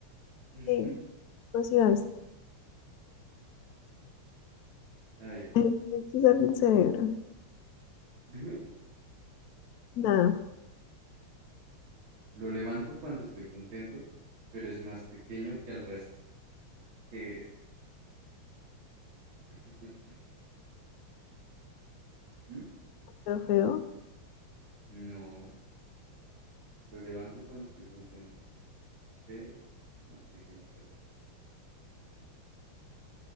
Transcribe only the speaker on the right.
<laughs>
A ver,
dime.
Lo levanto cuando estoy contento, pero es más pequeño que el resto. ¿Qué es? <laughs> ¿Mm?
No, lo levanto cuando estoy contento, pero es más pequeño que el resto.